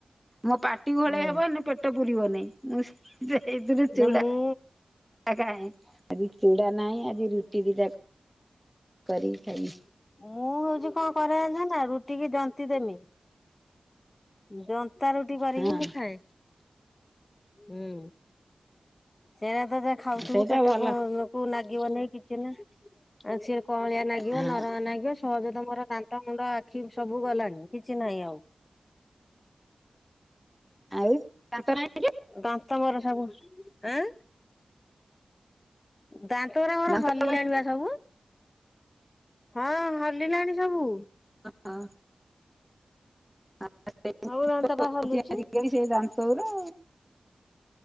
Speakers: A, in the centre; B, on the left.
A: ମୋ ପାଟି ଘୋଳେଇ
B: ହୁଁ
A: ହେବ ହେନେ ମୋ ପେଟ ପୁୁରିବନାଇଁ ମୁଁ ସେଥୁରୁ
B: ନା
A: ଚୁଡା
B: ମୁଁ
A: ଖାଏ ଆଜି ଚୁଡ଼ା ନାହିଁ ଆଜି ରୁଟି ଦିଟା କରିକି ଖାଇବି
B: ମୁଁ ହଉଛି କଣ କରେନା ଜାଣିଛ ନା ରୁଟି କି ଜନ୍ତି ଦେମି ଜନ୍ତା ରୁଟି କରିକି
A: ହଁ
B: ମୁଁ ଖାଏ। ହୁଁ ସେରା ତ ଖାଉଥିବୁ
A: ସେଇଟା
B: ପେଟ
A: ଭଲ
B: କୁ ନା ଲାଗିବ ନାଇଁ କିଛି ନା ଆଉ ସି କଅଳିଆ ଲାଗିବ
A: ହଁ
B: ନରମା ଲାଗିବ। ସହଜ ରେ ତ ମୋର ଦାନ୍ତ ମୁଣ୍ଡ ଆଖି ସବୁ ଗଲାଣି କିଛି ନାହିଁ ଆଉ।
A: ଆଉ ଦାନ୍ତ ନାହିଁ
B: ଦାନ୍ତ ମୋର ସବୁ ଆଁ। ଦାନ୍ତଉରା ମୋର
A: ଦାନ୍ତ
B: ହଲିଲାଣି ସବୁ ହଁ ହଲିଲାଣି ସବୁ
A: ଆଁ। <unintelligible> ସେଇ
B: ସବୁ ଦାନ୍ତ ପା ହଲୁଛି।
A: ଜାୁର ଆଉ ଦାନ୍ତ ଗୁଡା